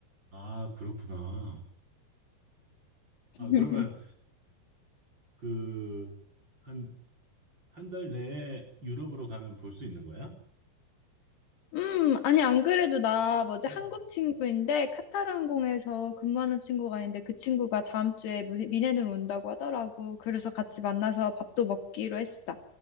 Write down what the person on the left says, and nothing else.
<laughs>
음, 아니, 안 그래도 나 뭐지
한국 친구인데 카타르항공에서 근무하는 친구가 있는데 그 친구가 다음 주에 무 미넨으로 온다고 하더라고. 그래서 같이 만나서 밥도 먹기로 했어.